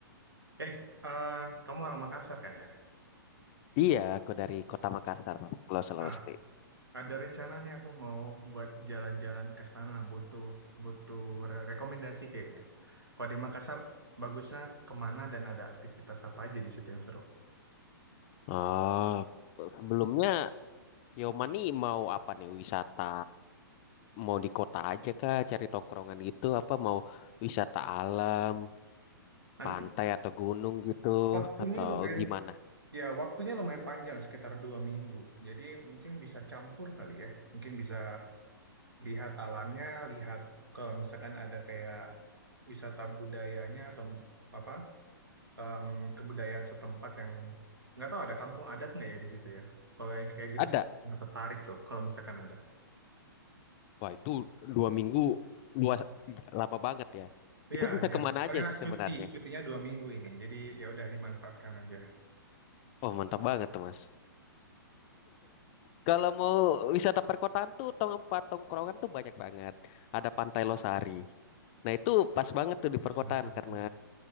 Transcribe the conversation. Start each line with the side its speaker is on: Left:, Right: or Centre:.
Right: Eh, eh, kamu orang Makassar kan ya?
Left: Iya, aku dari Kota Makassar, Pulau Sulawesi.
Right: Ah, ada rencana nih aku mau buat jalan-jalan ke sana, butuh butuh re- rekomendasi kayaknya. Kalau di Makassar, bagusnya kemana dan ada aktivitas apa aja di situ yang seru?
Left: Oh, sebelumnya Yoma nih mau apa nih? Wisata mau di kota aja kah cari tongkrongan gitu apa mau wisata alam,
Right: Nanti
Left: pantai atau gunung gitu
Right: waktunya
Left: atau
Right: lumayan,
Left: gimana?
Right: ya waktunya lumayan panjang, sekitar dua minggu. Jadi mungkin bisa campur kali ya, mungkin bisa lihat alamnya, lihat kalau misalkan ada kayak wisata budayanya atau apa em, kebudayaan setempat yang nggak tahu ada kampung adat nggak ya di situ ya. Kalau yang kayak gitu
Left: Ada.
Right: saya nggak tertarik tuh kalau misalkan ada.
Left: Wah, itu dua minggu dua lama banget ya.
Right: Iya,
Left: Itu bisa
Right: iya.
Left: kemana
Right: Pokoknya
Left: aja sih
Right: cuti,
Left: sebenarnya?
Right: cutinya dua minggu ini. Jadi ya udah dimanfaatkan aja.
Left: Oh, mantap banget tuh, Mas. Kalau mau wisata perkotaan tuh tempat tongkrongan tuh banyak banget. Ada Pantai Losari. Nah, itu pas banget tuh di perkotaan
Right: <laughs>
Left: karena